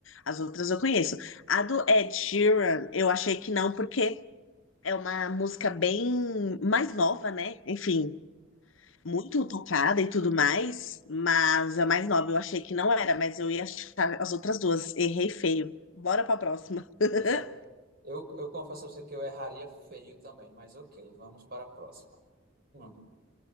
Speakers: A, on the left; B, on the right.
A: as outras eu conheço. A do Ed Sheeran, eu achei que não, porque é uma música bem mais nova, né? Enfim, muito tocada e tudo mais, mas a mais nova eu achei que não era, mas eu ia achar as outras duas. Errei feio. Bora pra próxima. <laughs>
B: Pois é, eu, eu confesso a você que eu erraria feio também, mas ok, vamos para a próxima. Hum.